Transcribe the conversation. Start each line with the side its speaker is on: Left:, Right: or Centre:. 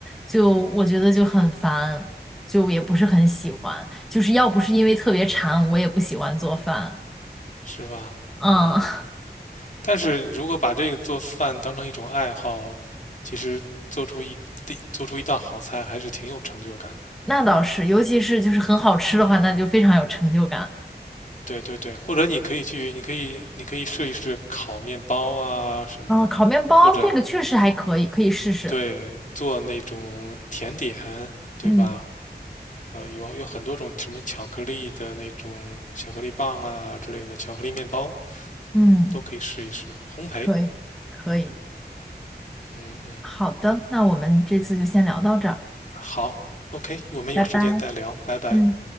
Centre: 就我觉得就很烦，就也不是很喜欢。就是要不是因为特别馋，我也不喜欢做饭。
Left: 是吧？
Centre: 嗯，
Left: 嗯，
Centre: <laughs>
Left: 但是如果把这个做饭当成一种爱好，其实做出一做出一道好菜还是挺有成就感的。
Centre: 那倒是，尤其是就是很好吃的话，那就非常有成就感。
Left: 对对对，或者你可以去，你可以你可以试一试烤面包啊什么的，
Centre: 啊，烤面包这个确实还可以，
Left: 或者
Centre: 可以试试。
Left: 对做那种甜点，对吧？
Centre: 嗯
Left: 呃，有有很多种什么巧克力的那种巧克力棒啊之类的，巧克力面包
Centre: 嗯，
Left: 都可以试一试。烘焙，
Centre: 可以可以。
Left: 嗯嗯，
Centre: 好的，那我们这次就先聊到这儿，
Left: 好，OK，我们有时间再聊，
Centre: 拜拜。
Left: 拜拜。
Centre: 嗯。